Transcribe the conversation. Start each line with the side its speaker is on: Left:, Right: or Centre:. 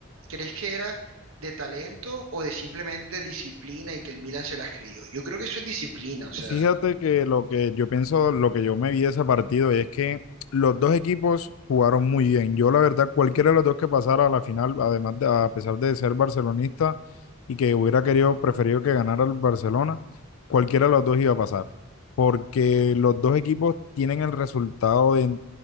Right: crees que era de talento o de simplemente disciplina y que el Milan se las creyó? Yo creo que eso es disciplina, o sea,
Left: Fíjate que lo que yo pienso, lo que yo me vi de ese partido es que los dos equipos jugaron muy bien. Yo, la verdad, cualquiera de los dos que pasara a la final, además de, a pesar de ser barcelonista y que hubiera querido, preferido que ganara el Barcelona, cualquiera de los dos iba a pasar. Porque los dos equipos tienen el resultado de,